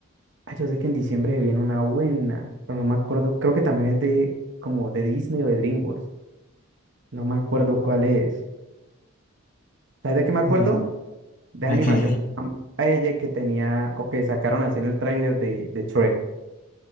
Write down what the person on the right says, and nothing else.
Ay, yo sé que en diciembre se viene una buena, pero no me acuerdo. Creo que también es de como de Disney o de DreamWorks. No me acuerdo cuál es. ¿Sabes de qué me acuerdo?
De
esa animación
tan bella que tenía o que sacaron así en el tráiler de, de Shrek.